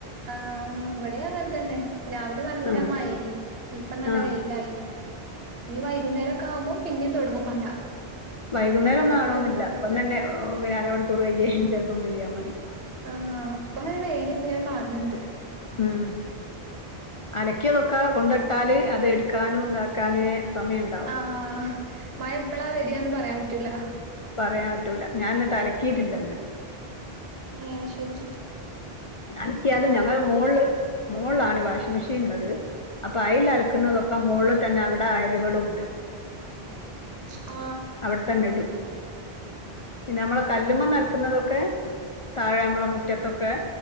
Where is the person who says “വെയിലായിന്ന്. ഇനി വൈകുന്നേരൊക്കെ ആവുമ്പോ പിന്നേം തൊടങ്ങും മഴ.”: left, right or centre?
Right